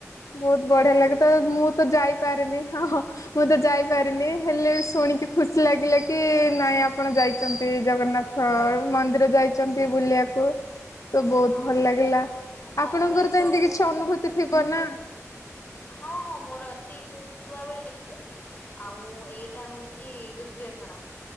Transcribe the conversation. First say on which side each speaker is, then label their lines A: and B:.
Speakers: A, on the left; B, on the left.
A: ବୋହୁତ ବଢିଆ ଲାଗେ ତ ମୁଁ ତ ଯାଇପାରେନି ହଁଁ ହଁ ମୁଁ ତ ଯାଇପାରିନି ହେଲେ ଶୁଣିକି ଖୁସି ଲାଗିଲା କି ନାଇଁ ଆପଣ ଯାଇଚନ୍ତି। ଜଗନ୍ନାଥ ମନ୍ଦିର ଯାଇଚନ୍ ତି ବୁଲିବାକୁ ତ ବୋହୁତ
B: ହଁ
A: ଭଲ ଲାଗିଲା
B: ଗହଳି
A: ଆପଣଙ୍କର ତ ଏମିତି
B: ବହୁତ
A: କିଛି ଅନୁଭୂତି ଥିବ ନା?
B: ହଁ ହଁ ମୋର ଅଛି ମୁଁ ଛୁଆ ବେଳେ ଯାଇଥିଲି। ଆଉ ଏଇଟା ହୋଉଛି ଦୁତୀୟ ଥର